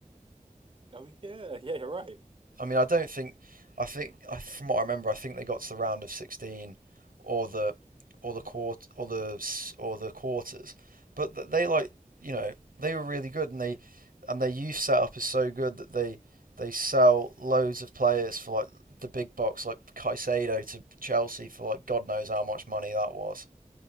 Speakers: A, on the right; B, on the right.
A: Oh yeah, yeah, you're right.
B: I mean, I don't think. I think from what I remember, I think they got to the round of 16 or the or the quart or the or the quarters. But they like you know they were really good, and they and their youth setup is so good that they they sell loads of players for like the big box, like Caicedo to Chelsea for like God knows how much money that was.